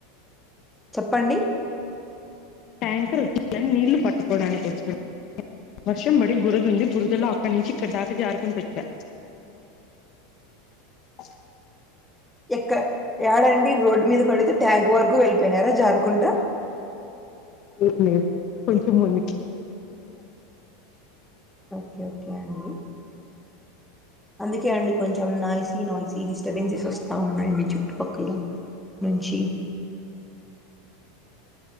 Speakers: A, in the centre; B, on the left.
A: చెప్పండి
B: ట్యాంకర్ నీళ్లు పట్టుకోవడానికి వచ్చ వర్షం పడి బురద ఉంది బురదలో అక్కడి నుంచి ఇక్కడ దాకా జారుకుంటొచ్చా ఆ
A: ఎక్కడ యాడండి రోడ్డు మీద పడితే ట్యాంక్ వరకు వెళ్ళిపోయినారా జారుకుంటా
B: ఉహు కొంచెం ముందుకి పె స
A: ఓకే ఓకే అండి అందుకే అండి కొంచెం నాయిసీ నాయిసీ డిస్టర్బెన్సెస్ వస్తా ఉన్నాయి మీ చుట్టుపక్కల నుంచి